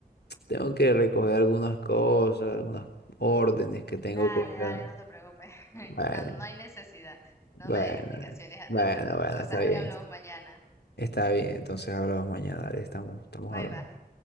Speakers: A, on the left; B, on the left.
A: Tengo que recoger algunas cosas, unas órdenes que tengo
B: Dale,
A: que ir
B: dale,
A: a...
B: no te preocupes, <laughs>
A: Bueno,
B: no, no hay necesidad,
A: bueno,
B: no me des explicaciones, <laughs> anda
A: bueno,
B: a hacer tus
A: bueno,
B: cosas,
A: está
B: ahí
A: bien.
B: hablamos mañana.
A: Está bien, entonces hablamos mañana, dale, estamos, estamos
B: Bye
A: hablando.
B: bye.